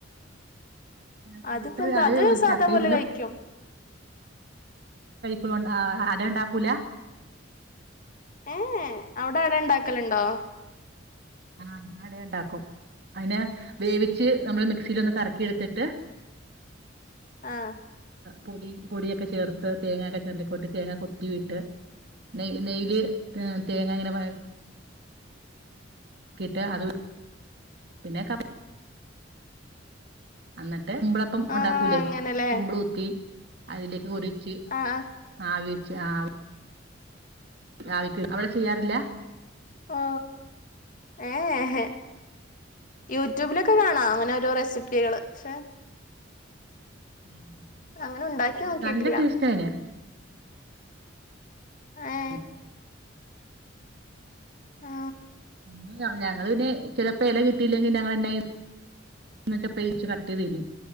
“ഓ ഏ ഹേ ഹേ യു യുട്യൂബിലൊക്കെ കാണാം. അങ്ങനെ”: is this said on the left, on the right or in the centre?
Left